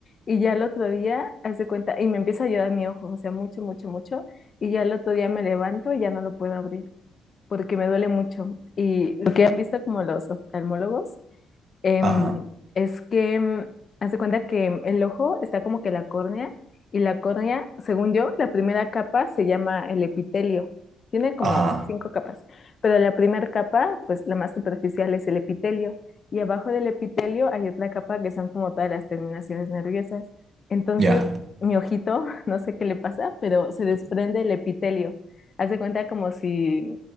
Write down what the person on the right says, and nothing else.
ajá,
ajá.
Ya.